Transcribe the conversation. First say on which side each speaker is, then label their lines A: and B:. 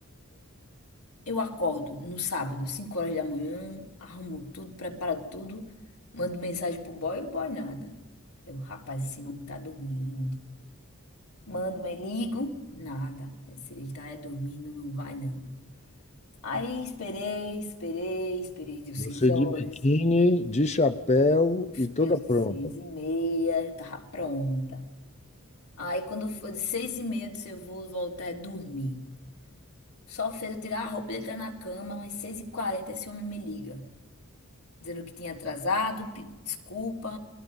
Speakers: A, on the left; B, on the left.
A: Eu acordo no sábado, 5 horas da manhã, arrumo tudo, preparo tudo, mando mensagem pro boy, o boy nada. Eu, rapaz, esse homem tá dormindo. Mando, me ligo, nada. Se ele tá é dormindo, não vai não. Aí esperei, esperei, esperei, deu 6
B: Você
A: horas,
B: de biquíni, de chapéu e toda
A: deu
B: pronta.
A: seis e meia, eu tava pronta. Aí quando foi de 6 e meia, eu disse, eu vou voltar a dormir. Só fez eu tirar a roupa, ele tá na cama, mas 6 e 40 esse homem me liga. dizendo que tinha atrasado, pedindo desculpa,